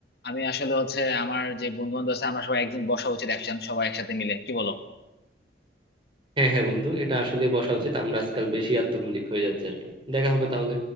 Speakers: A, on the left; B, on the right.
A: আমি আসলে হচ্ছে আমার যে বন্ধু বান্ধব আছে আমরা সবাই একদিন বসা উচিত একসাথে সবাই একসাথে মিলে কি বলো
B: হ্যাঁ হ্যাঁ বন্ধু এটা আসলে বসা উচিত আমরা আজকাল বেশি আত্মকেন্দ্রিক হয়ে যাচ্ছে আর কি দেখা হবে তাহলে